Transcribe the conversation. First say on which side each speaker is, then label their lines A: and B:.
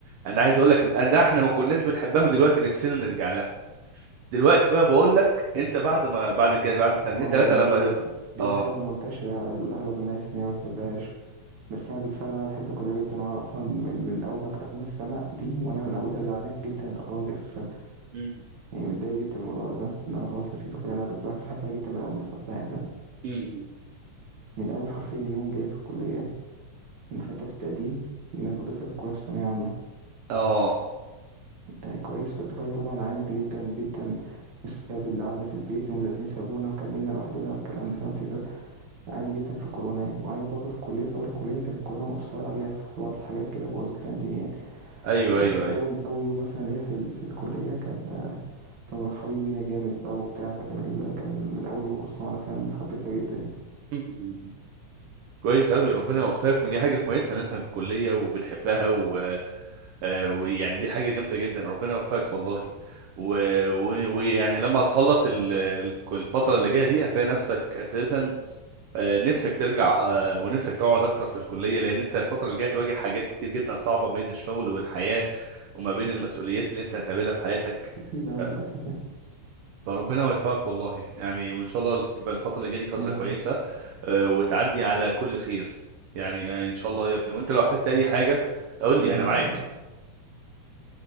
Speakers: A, on the right (about 65°); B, on the right (about 45°).
A: انا عايز اقول لك ان ده احنا ما كناش بنحبها ودلوقتي نفسنا نرجع لها دلوقتي بقى بقول لك انت بعد ما بعد كده بعد سنتين
B: ما هو
A: ثلاثه
B: ما
A: لما
B: هو
A: تب-
B: دي
A: اه
B: الحاله المنتشره على اغلب الناس ان هي ما بتحبهاش بس انا بالفعل انا بحب الكليه جدا وانا اصلا من, من اول ما دخلنا السنه دي وانا من اولها زعلان جدا ده خلاص دي اخر سنه
A: أمم،
B: يعني متضايق جدا من الموضوع ده فاهم ان انا خلاص هسيب الكليه انا بالعكس بحبها جدا من اول ما دخلتها يعني فاهم
A: أمم.
B: من اول حرفيا يوم ليا في الكليه يعني من حتى في التقديم ان انا كنت دفعه الكليه في ثانويه عامه
A: اه
B: آه كويس فالدفعه طبعا عانت جدا جدا بسبب اللي قعدنا في البيت والمدرسين سابونا وكملنا لوحدنا والكلام ده فاهم الفكره عانت جدا في كورونا يعني وعانت برضه في الكليه في اول الكليه كانت الكورونا مؤثره علينا في بعض الحاجات كده بوظت لنا الدنيا يعني.
A: ايوه
B: بس
A: ايوه
B: في
A: ايوه
B: اول اول يوم مثلا ليا في ال- في الكليه كان كانوا مرحبين بينا جامد بقى وبتاع فكان ال... كان ال- من اول يوم اصلا وانا فاهم حبيتها جدا يعني
A: أمم، أمم. كويس قوي ربنا يوفقك ودي حاجه كويسه ان انت في الكليه وبتحبها و... آه، ويعني دي حاجه جامده جدا ربنا يوفقك والله و- و- ويعني لما هتخلص ال- ال- الفتره اللي جايه دي هتلاقي نفسك اساسا آه، نفسك ترجع آه، ونفسك تقعد اكتر في الكليه لان انت الفتره اللي جايه هتواجه حاجات كتير جدا صعبه ما بين الشغل والحياه وما بين المسؤوليات اللي انت هتقابلها في حياتك
B: اكيد آه،
A: ف-
B: للاسف يعني
A: فربنا يوفقك والله يعني وان شاء الله تبقى الفتره اللي جايه دي فتره
B: يعني
A: كويسه آه، وتعدي على كل خير يعني آه، ان شاء الله يا ابني وانت لو احتجت اي حاجه قول لي
B: يعني
A: انا معاك